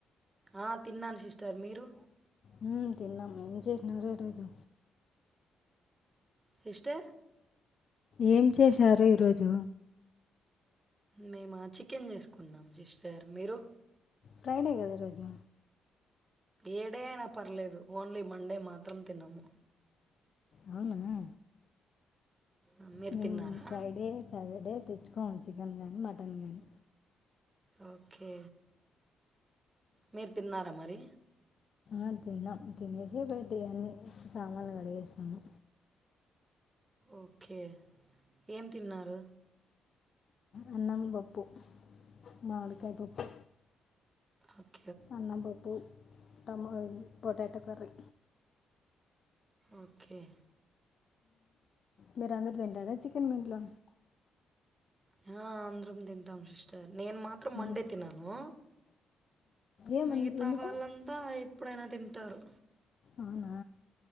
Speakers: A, on the right (about 30°); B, on the left (about 60°).
A: ఆ తిన్నాను సిస్టర్ మీరు
B: ఉమ్ తిన్నాము ఏం చేసినారు ఈరోజు
A: హెస్టే
B: ఏం చేశారు ఈరోజు
A: మేమా చికెన్ చేసుకున్నాం. సిస్టర్ మీరు
B: ఫ్రైడే కదా రోజు
A: ఏడే అయినా పర్లేదు, ఓన్లీ మండే మాత్రం తినము.
B: అవునా
A: ఆ, మీరు
B: మేమ్
A: తిన్నారా
B: ఫ్రైడే సటర్డే తెచ్చ చికెన్ గానీ మటన్ గానీ
A: ఓకే మీర్ తిన్నారా మరి
B: ఆ, తిన్నాం తినేసి బట్టి అన్ని సామాన్లు కడిగేస్తున్నాము.
A: ఓకే ఏం తిన్నారు
B: అన్నం పప్పు మామిడికాయ పప్పు
A: అక్
B: అన్నం పప్పు టమల్ పొటాటో కర్రి
A: ఓకే
B: మీరు అందరు తింటారా, చికెన్ మీంట్లో
A: హా అందరం తింటాం సిస్టర్ నేను మాత్రం మండే
B: అందరు
A: తిననూ
B: ఏమన్
A: మిగతా
B: ఎందుకు
A: వాళ్లంతా ఎప్పుడైనా తింటారు.
B: అవునా